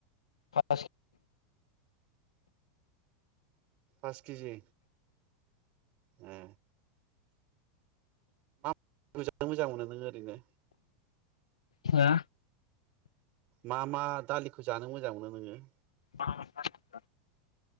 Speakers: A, on the left; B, on the right.
A: फाल्लासे
B: फास केजि ए <unintelligible> मोजां मोनो नों ओरैनो।
A: हा
B: मा मा दालिखौ जानो मोजां मोनो नोङो?
A: <unintelligible>